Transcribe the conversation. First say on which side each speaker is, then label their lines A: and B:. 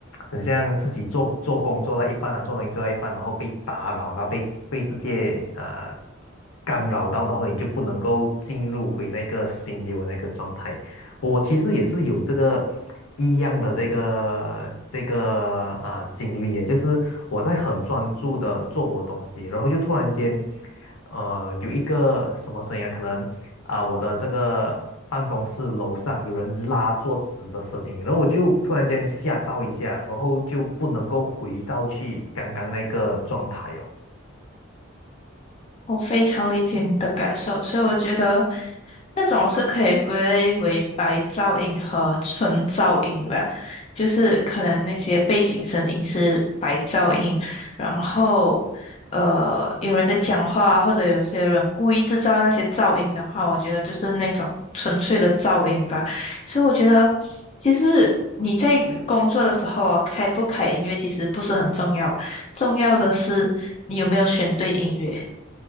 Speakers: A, on the left; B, on the left.
A: 很像自己做做工做到一半啊，做东西做到一半，然后被打扰到，被被直接啊、呃干扰到，然后你就不能够进入回那个心流的那个状态。我其实也是有这个一样的这个这个啊、呃经历耶，就是我在很专注的做我东西，然后就突然间，呃，有一个什么声音啊，可能啊、我的这个办公室楼上有人拉桌子的声音，然后我就突然间吓到一下，然后就不能够回到去刚刚那个状态哦。
B: 我非常理解你的感受，所以我觉得那种是可以归类为白噪音和纯噪音吧，就是可能那些背景声音是白噪音，然后呃有人在讲话或者有些人故意制造那些噪音的话，我觉得就是那种纯粹的噪音吧。所以我觉得其实你在工作的时候啊，开不开音乐其实不是很重要，重要的是你有没有选对音乐。